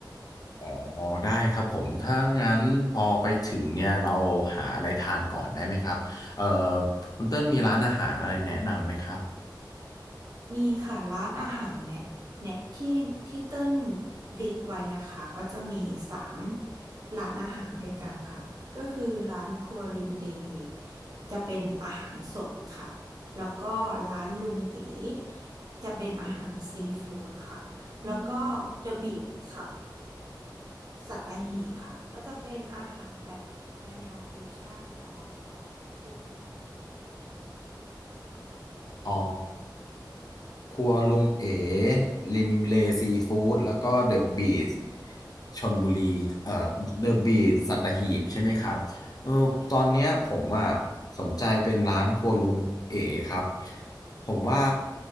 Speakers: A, on the left; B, on the right.
A: อ๋อได้ครับผมถ้างั้นพอไปถึงเนี่ยเราหาอะไรทานก่อนได้ไหมครับเอ่อคุณเติ้ลมีร้านอาหารอะไรแนะนำไหมครับ
B: มีค่ะร้านอาหารเนี่ยเนี่ยที่ที่เต้นลิดไว้นะคะก็จะมีสามร้านอาหารด้วยกันค่ะก็คือร้านครัวริมเลจะเป็นอาหารสดค่ะแล้วก็ร้านลุงเอ๋จะเป็นอาหารซีฟู้ดค่ะแล้วก็เดอะบีชค่ะสัตหีบค่ะก็จะเป็นอาหารแบบแนวแนวฟิวชั่นพร้อมแบบว่าดูวิวทะเลไปด้วยค่ะ
A: อ๋อครัวลุงเอ๋ริมเลซีฟู้ดแล้วก็เดอะบีทชลบุรีเอ่อเดอะบีทสัตหีบใช่ไหมครับเออตอนเนี้ยผมอ่ะสนใจเป็นร้านครัวลุงเอ๋ครับผมว่า